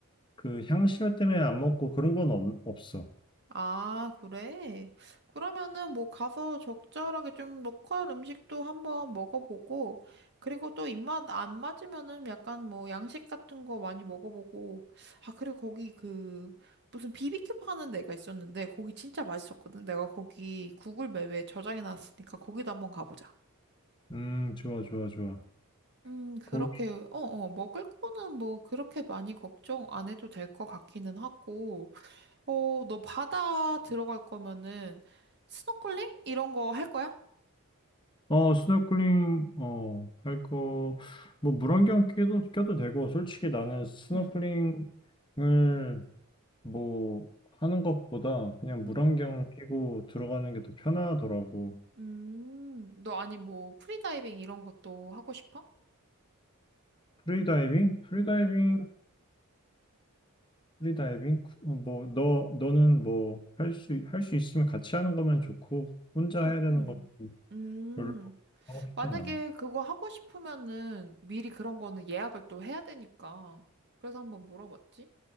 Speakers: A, on the left; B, on the right.
A: 그 향신료 때문에 안 먹고 그런 건 없, 없어.
B: 아, 그래? 그러면은 뭐 가서 적절하게 좀 로컬 음식도 한번 먹어보고, 그리고 또 입맛 안 맞으면은 약간 뭐 양식 같은 거 많이 먹어보고, 아, 그리고 거기 그 무슨 비비큐 파는 데가 있었는데, 거기 진짜 맛있었거든. 내가 거기 구글 맵에 저장해놨으니까 거기도 한번 가보자.
A: 음, 좋아, 좋아, 좋아.
B: 음, 그렇게,
A: 거기
B: 어, 어, 먹을 거는 뭐 그렇게 많이 걱정 안 해도 될 것 같기는 하고, 어, 너 바다 들어갈 거면은 스노클링 이런 거 할 거야?
A: 어 스노클링 어 할 거 뭐 물안경 껴도 껴도 되고 솔직히 나는 스노클링을
B: 응.
A: 뭐 하는 것보다 그냥
B: 응.
A: 물안경 끼고 들어가는 게 더 편하더라고.
B: 음, 너 아니 뭐 프리다이빙 이런 것도 하고 싶어?
A: 프리다이빙? 프리다이빙
B: 응.
A: 프리다이빙? 어, 뭐, 너, 너는 뭐, 할 수, 할 수 있으면 같이 하는 거면 좋고, 혼자
B: 응,
A: 해야 되는
B: 응.
A: 건
B: 음,
A: 별로 하고 싶진
B: 만약에
A: 않아.
B: 그거 하고 싶으면은 미리 그런 거는 예약을 또 해야 되니까. 그래서 한번 물어봤지.